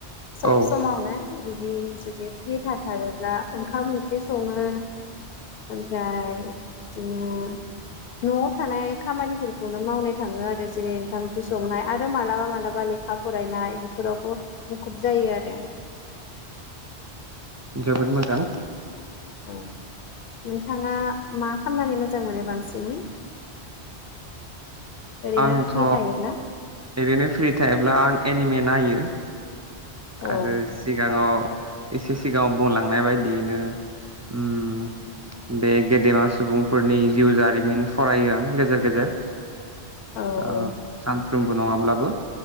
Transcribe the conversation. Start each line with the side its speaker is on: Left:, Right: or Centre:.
Left: सब
Right: औ
Left: समावनो बि बि जुदि फ्रि थाथारोब्ला ओंखाम ओंख्रि सङो ओमफ्राय बिदिनो न'आव थानाय खामानिफोरखौनो मावनो थाङो आरो जेरै ओंखाम ओंख्रि संनाय आरो मालाबा मालाबा लेखा फरायनाय बेफोरावबो मुखुब जायो आरो
Right: जोबोद मोजां
Left: औ नोंथाङा मा खामनानै मोजां मोनो बांसिनै ओरैनो
Right: आंथ'
Left: फ्रि थायोब्ला
Right: ओरैनो फ्रि थायोब्ला आं एनिमे नायो
Left: औ
Right: आरो सिगाङाव एसे सिगाङाव बुंलांनाय बायदियैनो ओम बे गेदेमा सुबुंफोरनि जिउ जारिमिन फरायो आं गेजेर गेजेर
Left: औ
Right: आ
Left: औ
Right: सानफ्रोम बो नङाब्लाबो